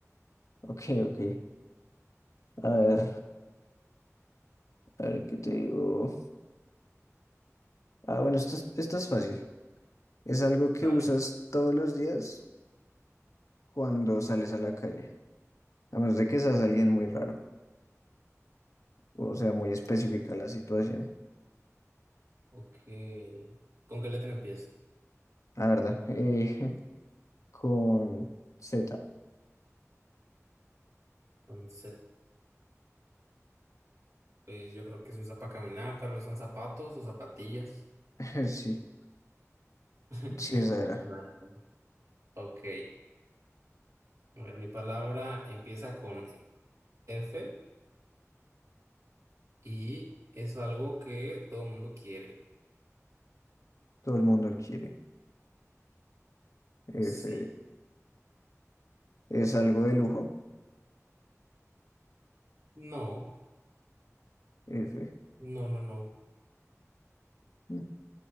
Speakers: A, on the left; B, on the right.
A: ok. ok. A ver, a ver qué te digo. Ah, bueno, esto es, esto es fácil. Es algo que
B: Dale.
A: usas todos los días cuando sales a la calle, a menos de que seas alguien muy raro, o sea, muy específica la situación.
B: Ok. ¿Con qué letra empieza?
A: La verdad, eh, <laughs> con Z,
B: Con Z. Pues yo creo que se usa para caminar, tal vez son zapatos o zapatillas.
A: <laughs> sí,
B: <laughs>
A: sí, esa era.
B: Vale. Ok. A ver, mi palabra empieza con F y es algo que todo el mundo quiere.
A: Todo el mundo quiere. F,
B: Sí.
A: es algo de lujo,
B: No,
A: F. <laughs>
B: no, no, no.
A: Mm.